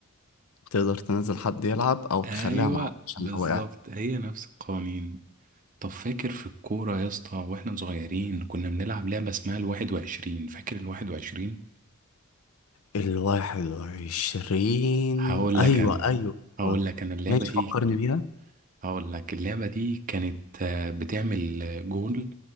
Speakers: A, on the left; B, on the right.
A: تقدر تنزل حد يلعب او
B: ايوه
A: تخليها معاك عشان
B: بالظبط
A: لو وقعت
B: هي نفس القوانين طب فاكر في الكورة يا اسطى واحنا صغيرين كنا بنلعب لعبة اسمها الواحد وعشرين فاكر الواحد وعشرين
A: الواحد وعشرين
B: هقول
A: أيوة
B: لك انا
A: أيوة
B: هقول لك انا اللعبة
A: ماشي
B: دي
A: فكرني بيها
B: هقول لك اللعبة دي كانت آه، بتعمل آه، جول